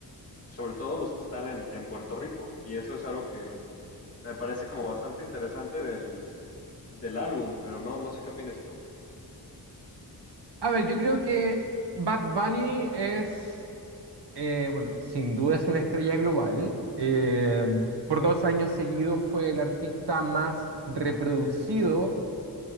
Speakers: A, on the left; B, on the right.
A: sobre todo los que están en, en Puerto Rico, y eso es algo que me parece como bastante interesante del, del álbum, pero no, no sé qué opinas tú.
B: A ver, yo creo que Bad Bunny es, eh, bueno, sin duda es una estrella global. Eh,
A: Ujú.
B: por dos años seguidos fue el artista más reproducido